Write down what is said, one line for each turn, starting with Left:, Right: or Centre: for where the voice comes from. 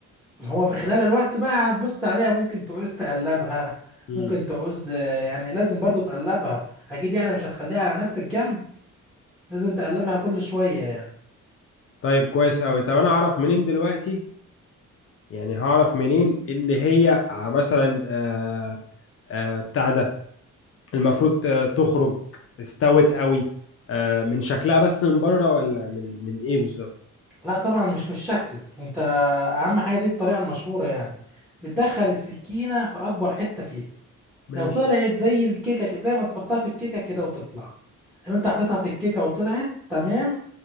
Centre: هو في خلال الوقت بقى هتبص عليها ممكن تعوز تقلبها
Left: امم
Centre: ممكن تعوز آه، يعني لازم برضو تقلبها اكيد يعني مش هتخليها على نفس الجنب لازم تقلبها كل شوية يعني
Left: طيب كويس قوي طب انا اعرف منين دلوقتي يعني هعرف منين ان هي آه، مثلا آه، آه، بتاع ده المفروض ت- تخرج استوت قوي آه، من شكلها بس من بره ولا من من ايه بالظبط
Centre: لا طبعا مش بالشكل انت اهم حاجة دي الطريقة المشهورة يعني بتدخل السكينة في اكبر حتة فيها
Left: ماشي
Centre: لو طلعت زي الكيكة كده- زي ما تحطها في الكيكة كده وتطلع لو انت حطيتها في الكيكة وطلعت تمام